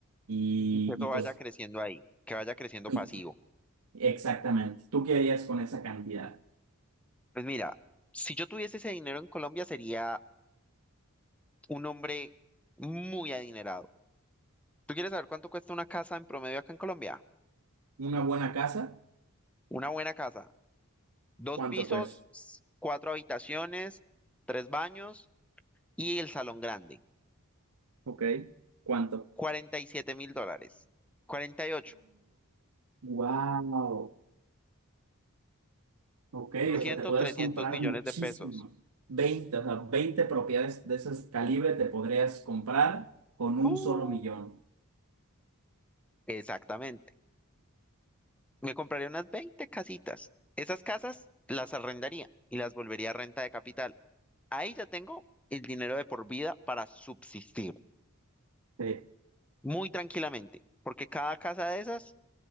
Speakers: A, on the right; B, in the centre.
A: Y,
B: Y que eso
A: y, pues,
B: vaya creciendo ahí, que vaya creciendo pasivo.
A: y- exactamente. ¿Tú qué harías con esa cantidad?
B: Pues mira, si yo tuviese ese dinero en Colombia sería un hombre muy adinerado. ¿Tú quieres saber cuánto cuesta una casa en promedio acá en Colombia?
A: ¿Una buena casa?
B: Una buena casa. Dos
A: ¿Cuánto
B: pisos,
A: cuesta?
B: s- cuatro habitaciones, tres baños Y el salón grande,
A: Ok. ¿Cuánto?
B: cuarenta y siete mil dólares. cuarenta y ocho
A: wow. Ok,
B: doscientos
A: o sea, te podrías
B: trescientos
A: comprar
B: millones
A: muchísimo.
B: de pesos.
A: veinte o sea, 20 propiedades de ese calibre te podrías comprar con
B: ¡Bu!
A: un solo millón.
B: Exactamente. Me compraría unas 20 casitas. Esas casas las arrendaría y las volvería a renta de capital. Ahí ya tengo el dinero de por vida para subsistir
A: Sí.
B: muy tranquilamente, porque cada casa de esas